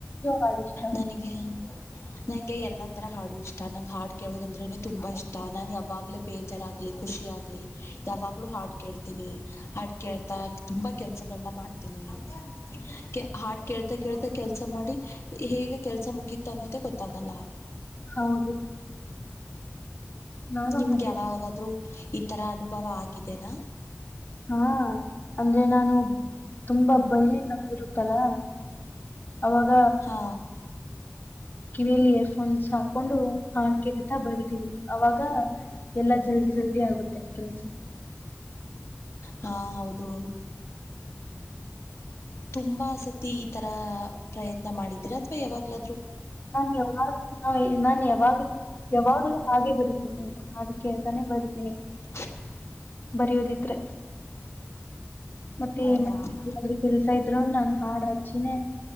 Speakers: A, on the left; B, on the left.
A: ಹಾಡು ಇಷ್ಟ
B: ನನಗೆ ನಂಗೆ ಎಲ್ಲ ಆ ತರ ಹಾಡು ಇಷ್ಟ ನಂಗ ಹಾಡು ಕೇಳೋದಂದ್ರನೆ ತುಂಬಾ ಇಷ್ಟ ನಾನ್ ಯಾವಾಗ್ಲೇ ಬೇಜಾರಾಗ್ಲಿ ಖುಷಿ ಆಗ್ಲಿ ಯಾವಾಗ್ಲೂ ಹಾಡ್ ಕೇಳ್ತೀನಿ ಹಾಡ್ ಕೇಳ್ತಾ ತುಂಬಾ ಕೆಲ್ಸಗಳನ್ನ ಮಾಡ್ತೀನಿ <inaudible> ಕೆ ಹಾಡ್ ಕೇಳ್ತ ಕೇಳ್ತ ಕೆಲ್ಸ ಮಾಡಿ ಹೇಗೆ ಕೆಲ್ಸ ಮುಗೀತ ಅನ್ನೋದೇ ಗೊತ್ತಾಗಲ್ಲ
A: ಹೌದು ನಾನು
B: ನಿಮ್ಗೆ
A: ಹಾಗೆ
B: ಯಾವಾಗಾದ್ರೂ ಈ ತರ ಅನುಭವ ಆಗಿದೆನಾ
A: ಹಾ ಅಂದ್ರೆ ನಾನು ತುಂಬಾ ಬರಲಿ ಕಭ <unintelligible> ಇರುತ್ತಲಾ ಅವಾಗ
B: ಹಾ
A: ಕಿವಿಲ್ಲಿ ಏರ್ಫೋನ್ಸ್ ಹಾಕ್ ಕೊಂಡು ಹಾ ಕೇಳ್ತಾ ಬರತೀವಿ ಅವಾಗ ಎಲ್ಲಾ ಜಲ್ದಿ ಜಲ್ದಿ ಆಗುತ್ತೆ ಕೆಲಸ
B: ಹಾ ಹೌದು ತುಂಬಾ ಸತಿ ಈ ತರ ಪ್ರಯತ್ನ ಮಾಡಿದೀರ ಅಥವಾ ಯಾವಾಗ್ಲ
A: ನಾನ್ ಯಾವಾಗ್ ನಾವ ನಾನ್ ಯಾವಾಗ್ಲೂ ಯಾವಾಗ್ಲೂ ಹಾಗೆ ಬರುೀತೇನೆ ನಾನು ಅದಕ್ಕೆ <unintelligible> ತಾನೆ ಬರತೀನಿ
B: <unintelligible>
A: <unintelligible> ಬರಿಯೋದಿದ್ರೆ ಮತ್ತೆ
B: ಹೌದಾ
A: ಮಾದ್ರೂ ಕೆಲ್ಸ ಇದ್ರು ನಾನ್ ಹಾಡ್ ಹ ಚಿನೇ